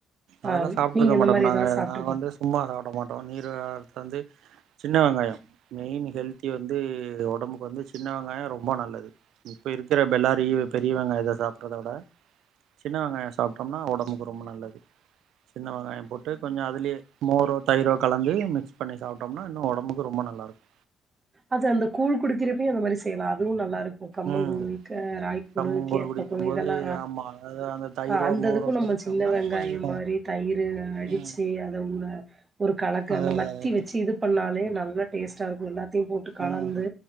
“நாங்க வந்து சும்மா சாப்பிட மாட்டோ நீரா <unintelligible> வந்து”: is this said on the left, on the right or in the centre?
Right